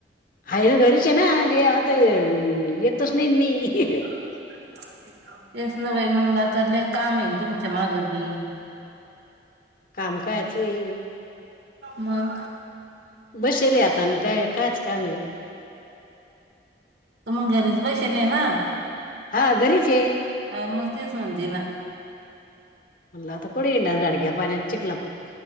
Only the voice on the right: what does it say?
<unintelligible> तेच न बाई मंगला तर ल काम येन तुमच्या माग बी.
मग.
तुमग घरीच बसेल ना.
न मग तेच म्हणते ना.